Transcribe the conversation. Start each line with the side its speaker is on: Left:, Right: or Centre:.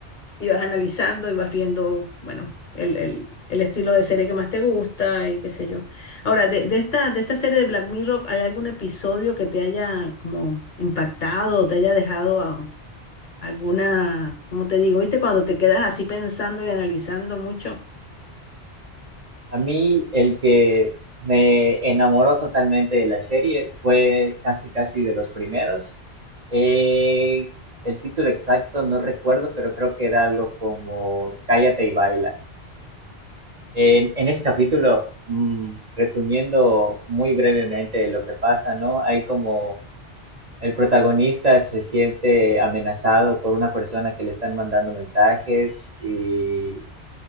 Left: y vas analizando y vas viendo, bueno, el, el- el estilo de serie que más te gusta y qué sé yo. Ahora, de, de esta, de esta serie de Black Mirror, ¿hay algún episodio que te haya como impactado o te haya dejado a- alguna, ¿cómo te digo? ¿Viste cuando te quedas así pensando y analizando mucho?
Right: A mí el que me enamoró totalmente de la serie fue casi casi de los primeros. Eh, el título exacto no recuerdo, pero creo que era algo como Cállate y baila. En, en ese capítulo, mm, resumiendo muy brevemente lo que pasa, ¿no? Hay como el protagonista se siente amenazado por una persona que le están mandando mensajes y